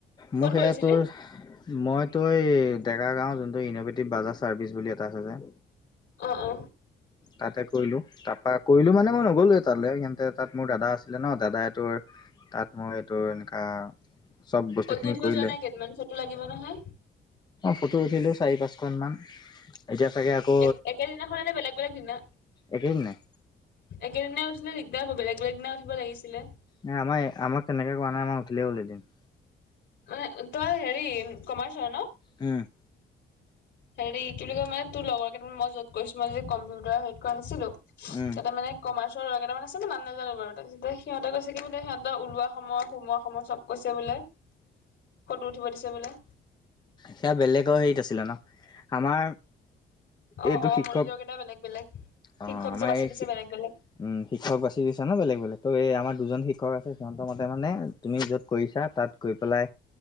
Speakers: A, on the left; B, on the left.
A: মোক
B: ক'ত
A: সেয়া
B: কৰিছিলি?
A: তোৰ মই তই এই, ডেকাৰগাঁও যোনটো ইন'ভেটিভ বাজাজ চাৰ্ভিচ বুলি এটা আছে যে।
B: অ', অ'।
A: তাতে কৰিলোঁ। তাপা কৰিলো মানে মই নগ'লোৱেই তালে, কিন্তু তাত মোৰ দাদা আছিলে ন দাদাই তোৰ তাত মই তোৰ এনকা, চ'ব বস্তুখিনি
B: ফটো উঠিব
A: কৰিলে।
B: যোৱা নাই
A: অ',
B: কেইদিনমান ফটো লাগিব নহয়।
A: ফটো উঠিলো চাৰি পাঁচখন মান, এতিয়া চাগে আকৌ
B: এক একেদিনা খনে নে বেলেগ, বেলেগ দিনা?
A: একেদিনাই।
B: একেদিনা উঠিলে দিগদাৰ হবে বেলেগ, বেলেগ দিনা উঠিব লাগিছিলে।
A: নাই আমাৰ আমাক তেনেকৈ কোৱা নাই আমাক উঠিলেই হ'ল এদিন।
B: অ তই হেৰি কমাৰ্চৰ হয় নহ।
A: উম।
B: হেৰি কি বুলি কয় মানে তোৰ লগৰ কেইটামান মই য'ত কৰিছোঁ মই যে কম্পিউটাৰ হেৰিত কৰা নাছিলোঁ
A: উম।
B: তাতে মানে। কমাৰ্চৰ কেইটামান আছে নাম নাজানোঁ বাৰু তেতিয়া সিহঁতে কৈছে কি বোলে সিহঁতৰ ওলোৱা সময় সোমোৱা সময় চব কৈছে বোলে। ফটো উঠিব দিছে বোলে।
A: সেয়া বেলেগৰ হেৰিত আছিলে নহ আমাৰ।
B: অ
A: এইটো
B: অ
A: শিক্ষক,
B: মনিটৰ কেইটা বেলেগ বেলেগ
A: অহ
B: শিক্ষক
A: আমাৰ
B: যে বাছি
A: এই।
B: দিছে বেলেগ বেলেগ
A: উম শিক্ষক বাচি দিছা নহ বেলেগ, বেলেগ ত' এই আমাৰ দুজন শিক্ষক আছে সিহঁতৰ মতে মানে তুমি য'ত কৰিছা তাত। গৈ পেলাই